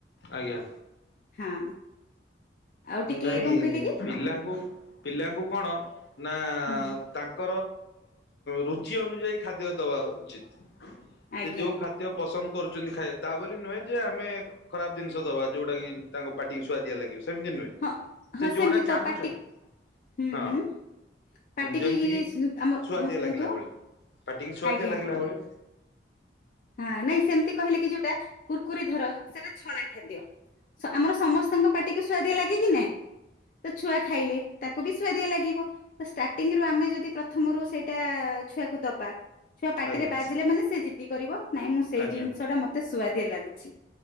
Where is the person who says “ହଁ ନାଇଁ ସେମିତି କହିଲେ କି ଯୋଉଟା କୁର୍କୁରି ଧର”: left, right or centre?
Left